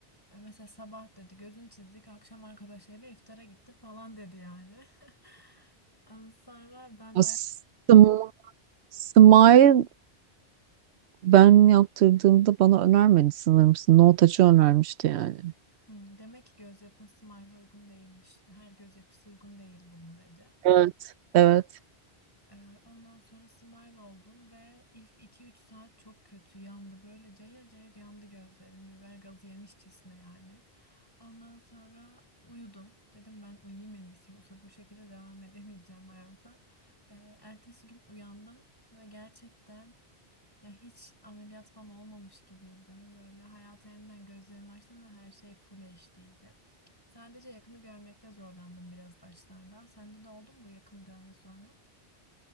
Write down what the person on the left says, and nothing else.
Ee, Mesela sabah dedi gözün çizdik akşam arkadaşlarıyla iftara gitti falan dedi yani. <laughs> Ondan Sonra ben
bayağı
"Hmm, demek ki göz yapın Smile'a uygun değilmiş. Her göz yapısı uygun değil bunu dedi.
Ee, ondan sonra smile oldum ve ilk iki üç saat çok kötü yandı. Böyle cayır cayır yandı gözlerim. Biber gazı yemişçesine yani. Ondan sonra uyudum. Dedim ben uyuyayım en iyisi. Yoksa bu şekilde devam edemeyeceğim hayata. Ee, ertesi gün uyandım ve gerçekten ya hiç ameliyat falan olmamış gibiydim. Böyle hayata yeniden gözlerimi açtım ve her şey full HD'ydi. Sadece yakını görmekte zorlandım biraz başlarda. Sende de oldu mu bu yakını görme sorunu?